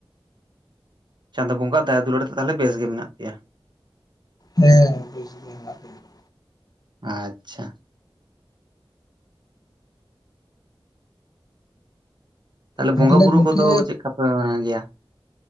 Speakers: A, on the right; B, on the left.
A: ᱪᱟᱸᱫᱳ ᱵᱚᱸᱜᱟ ᱟᱜ ᱫᱟᱭᱟ ᱫᱩᱞᱲᱟᱹᱲ ᱛᱮ ᱛᱟᱦᱞᱮ ᱵᱮᱥ ᱜᱮ ᱢᱮᱱᱟᱜ ᱯᱮᱭᱟ᱾
B: ᱦᱮᱸ ᱵᱮᱥ ᱜᱮ ᱦᱮᱱᱟᱜ ᱞᱮᱭᱟ ᱾
A: ᱟᱪᱪᱷᱟ ᱾ ᱛᱟᱦᱚᱞᱮ ᱵᱚᱸᱜᱟ
B: ᱞᱤᱧᱟ
A: ᱵᱩᱨᱩ
B: ᱜᱚᱝᱠᱮ
A: ᱠᱚᱫᱚ ᱪᱮᱫ ᱞᱮᱠᱟ ᱯᱮ ᱢᱟᱱᱟᱣ ᱜᱮᱭᱟ?